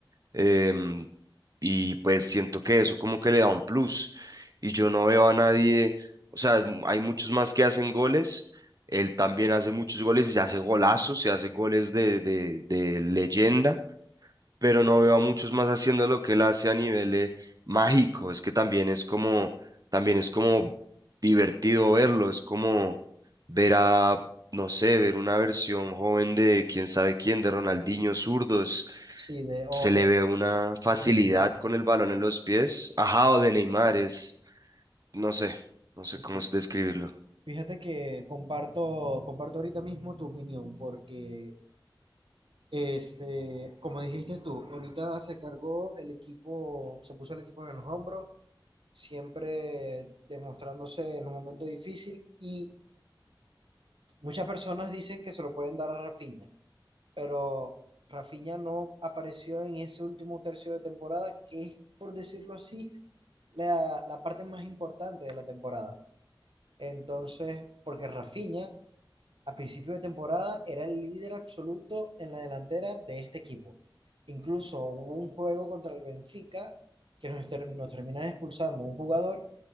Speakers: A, on the right; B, on the right.
A: em, y pues siento que eso como que le da un plus. Y yo no veo a nadie, o sea, es mu- hay muchos más que hacen goles. Él también hace muchos goles y se hace golazos, se hace goles de, de, de leyenda, pero no veo a muchos más haciendo lo que él hace a nivel eh, mágico. Es que también es como, también es como divertido verlo, es como ver a, no sé, ver una versión joven de quién sabe quién, de Ronaldinho zurdo,
B: Sí, de o,
A: se le ve una facilidad
B: o de Neymar.
A: con el balón en los pies. Ajá, o de Neymar es, no sé, no
B: Sí,
A: sé cómo
B: sí.
A: es describirlo.
B: Fíjate que comparto, comparto ahorita mismo tu opinión, porque este, como dijiste tú, ahorita se cargó el equipo, se puso el equipo en los hombros, siempre demostrándose en los momentos difíciles, y muchas personas dicen que se lo pueden dar a Rafinha pero Rafinha no apareció en ese último tercio de temporada, que es, por decirlo así, la, la parte más importante de la temporada. Entonces, porque Rafinha a principio de temporada era el líder absoluto en la delantera de este equipo. Incluso hubo un juego contra el Benfica que nos, ter- nos termina expulsando un jugador